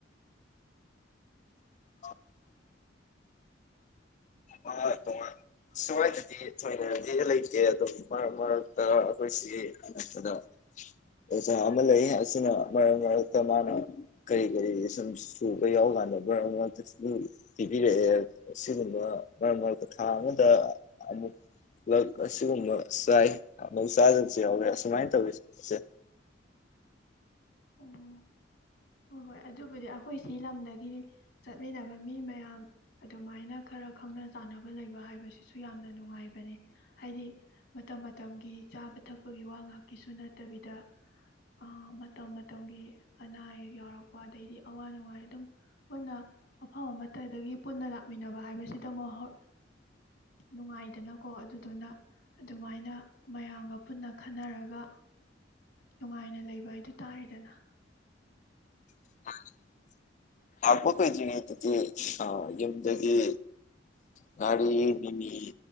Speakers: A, on the left (about 40°); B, on the left (about 65°).
A: <inaudible> ꯑ ꯇꯣꯉꯥꯟ ꯁ꯭ꯋꯥꯏꯗꯗꯤ ꯊꯣꯏꯅꯗꯤ ꯂꯩꯇꯦ ꯑꯗꯨꯝ ꯃꯔꯛ ꯃꯔꯛꯇ ꯑꯩꯈꯣꯏꯁꯤꯒꯤ ꯅꯄꯗ ꯑꯣꯖꯥ ꯑꯃ ꯂꯩ ꯑꯁꯤꯅ ꯃꯔꯛ ꯃꯔꯛꯇ ꯃꯥꯅ ꯀꯔꯤ ꯀꯔꯤ ꯁꯨꯝ ꯁꯨꯕ ꯌꯥꯎ ꯀꯥꯟꯗ ꯕꯔ ꯑꯃ ꯄꯤꯕꯤꯔꯛꯑꯦ ꯁꯤꯒꯨꯝ ꯕ ꯃꯔꯛ ꯃꯔꯛꯇ ꯊꯥ ꯑꯃꯗ ꯑꯃꯨꯛ ꯂꯛ ꯑꯁꯤꯒꯨꯝꯕ ꯆꯥꯏ ꯑꯃꯨꯛ ꯆꯥꯗꯕꯁꯨ ꯌꯥꯎꯔꯦ ꯑꯁꯨꯃꯥꯏꯅ ꯇꯧꯋꯦ ꯁꯦ
B: ꯑꯣ ꯍꯣꯏ ꯍꯣꯏ ꯑꯗꯨꯕꯨꯗꯤ ꯑꯩꯈꯣꯏ ꯁꯤ ꯂꯝꯗꯒꯤꯗꯤ ꯆꯠꯃꯤꯟꯅꯕ ꯃꯤ ꯃꯌꯥꯝ ꯑꯗꯨꯃꯥꯏꯅ ꯈꯔ ꯈꯪꯅ ꯆꯥꯟꯅꯕ ꯂꯩꯕ ꯍꯥꯏꯕꯁꯤꯁꯨ ꯌꯥꯝꯅ ꯅꯨꯡꯉꯥꯏꯕꯅꯤ ꯍꯥꯏꯗꯤ ꯃꯇꯝ ꯃꯇꯝꯒꯤ ꯆꯥꯕ ꯊꯛꯄꯒꯤ ꯋꯥ ꯉꯥꯛꯀꯤꯁꯨ ꯅꯠꯇꯕꯤꯗ ꯑ ꯃꯇꯝ ꯃꯇꯝꯒꯤ ꯑꯅꯥ ꯑꯌꯦꯛ ꯌꯥꯎꯔꯛꯄ ꯑꯗꯩꯗꯤ ꯑꯋꯥ ꯅꯨꯡꯉꯥꯏ ꯑꯗꯨꯝ ꯄꯨꯟꯅ ꯃꯐꯝ ꯑꯃꯠꯇꯗꯒꯤ ꯄꯨꯟꯅ ꯂꯥꯛꯃꯤꯟꯅꯕ ꯍꯥꯏꯕꯁꯤꯗ ꯃꯛ ꯍꯣ ꯅꯨꯡꯉꯥꯏꯗꯅꯀꯣ ꯑꯗꯨꯗꯨꯅ ꯑꯗꯨꯃꯥꯏꯅ ꯃꯌꯥꯝꯒ ꯄꯨꯟꯅ ꯈꯟꯅꯔꯒ ꯅꯨꯡꯉꯥꯏꯅ ꯂꯩꯕ ꯍꯥꯏꯗꯨ ꯇꯥꯔꯦꯗꯅ
A: <unintelligible> ꯂꯥꯛꯄ ꯀꯨꯏꯗ꯭ꯔꯤꯉꯩꯗꯗꯤ ꯑ ꯌꯨꯝꯗꯒꯤ ꯉꯥꯔꯤ ꯃꯤꯃꯤ